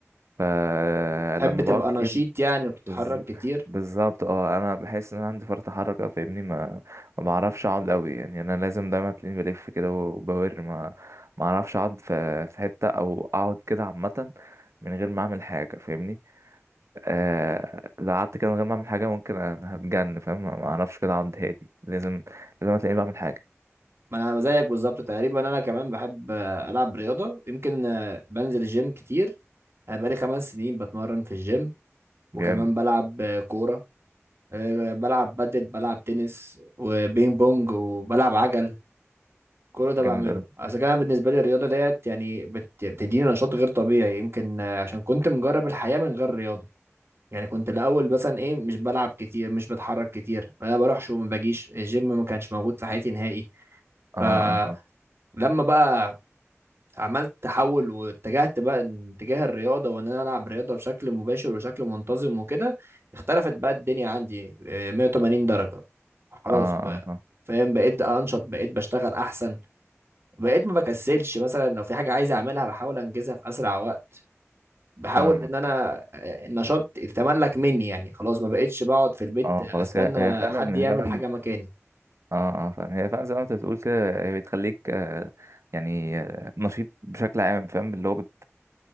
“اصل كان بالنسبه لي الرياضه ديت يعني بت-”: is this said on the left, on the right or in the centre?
Right